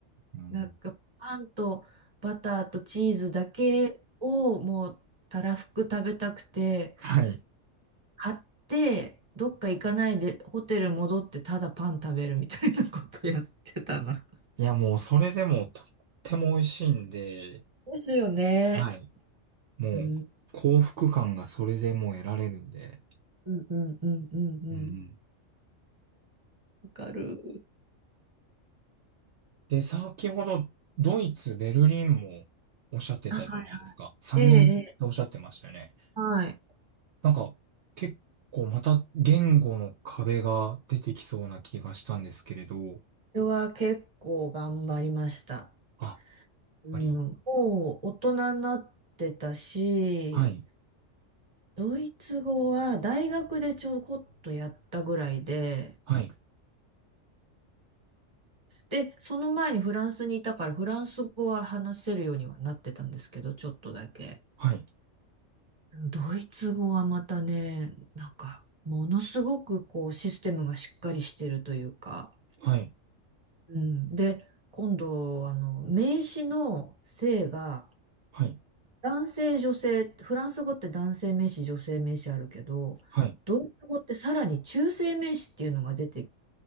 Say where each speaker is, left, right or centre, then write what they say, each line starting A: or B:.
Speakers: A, on the right; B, on the right.
A: うん。
B: なんか、パンとバターとチーズだけをもう、たらふく食べたくて、
A: はい。
B: 買って、どっか行かないで、ホテル戻って、ただパン食べるみたいなことやってたな。
A: いや、もうそれでもとっても美味しいんで、
B: ですよね。
A: はい。もう幸福感がそれでもう得られるんで。
B: うん、うん、うん、うん、うん。うん
A: うん。
B: わかる。
A: で、先ほどドイツ、ベルリンもおっしゃってたじゃないですか。
B: あ、
A: 3年っておっしゃってましたよね。
B: ええ、ええはい。
A: なんか結構また言語の壁が出てきそうな気がしたんですけれど。
B: それは結構頑張りました。
A: あ、やっ
B: うん、
A: ぱり。
B: もう大人になってたし、
A: はい。
B: ドイツ語は大学でちょこっとやったぐらいで、
A: はい。
B: で、その前にフランスにいたからフランス語は話せるようにはなってたんですけど、ちょっとだけ。
A: はい。
B: ドイツ語はまたね、なんか、ものすごくこうシステムがしっかりしてるというか、
A: はい。
B: うん、で、今度、あの、名詞の性が、
A: はい。
B: 男性、女性、フランス語って男性名詞、女性名詞あるけど、
A: はい。
B: ドイツ語ってさらに中性名詞っていうのが出て